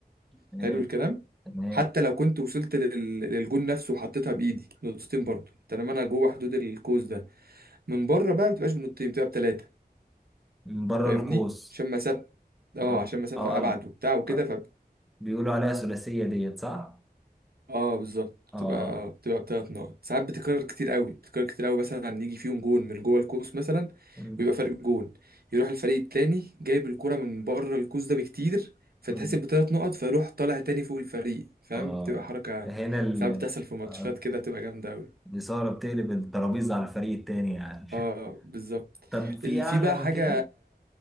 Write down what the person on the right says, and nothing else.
حلو الكلام
حتى لو كنت وصلت لل... للجون نفسه وحطيتها بإيدي نقطتين برضه طالما انا جوه حدود القوس ده من بره بقى ما بتبقاش بنقطتين بتبقى بتلاتة
فاهمني
عشان مسافة اه
عشان مسافة
أبعد
وبتاع وكده
ف
اه بالظبط
بتبقى اه بتبقى بتلات نقط ساعات بتكرر كتير قوي بتكرر كتير قوي مثلا يجي فيهم جون من جوه القوس مثلا
ويبقى فرق جون يروح الفريق التاني جايب الكرة من بره القوس ده بكتير فتحسب
بتلات نقط فيروح طالع تاني فوق الفريق فاهم
بتبقى حركة
ساعات بتحصل في ماتشات
كده بتبقى جامدة قوي
اه
بالظبط
ال-
في بقى
حاجة